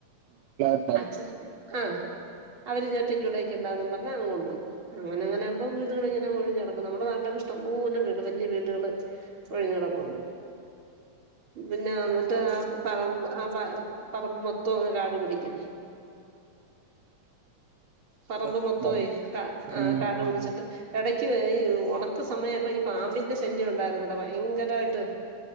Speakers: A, on the right; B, on the right.
A: നാട്ടിലാരുണ്ടാവില്ല
B: അഛ ആ അവര് ജ ഒറ്റക്കിവിടെ നിക്കണ്ടാന്നും പറഞ്ഞങ്ങ് കൊണ്ട് പോവും അങ്ങനങ്ങനാവുമ്പ വീടുകളി ങ്ങനെ ഒഴിഞ്ഞു കിടക്കും നമ്മുടെ നാട്ടിലൊക്കെ ഇഷ്ടം പോലെ വീട് വല്യ വീടുകളെ ഒഴിഞ്ഞു കിടപ്പുണ്ട്
A: ഉം
B: പിന്നെ എന്നിട്ട് ആ പറമ്പ് ആ പറമ്പ് മൊത്തം അങ്ങ് കാട് പിടിക്കും പറമ്പ്മൊത്തമേ
A: ണ്ടാവില്ല.
B: ആ
A: ഉം
B: കാടു
A: ആഹ്
B: പിടിച്ചിട്ട്
A: ആഹ്
B: ഇടയ്ക്ക് നി ഈ ഒണക്കു സമയപ്പൊ ഈ പാമ്പിന്റെ ശല്യം ഉണ്ടായിരുന്നെടാ ഭയങ്കരായിട്ട്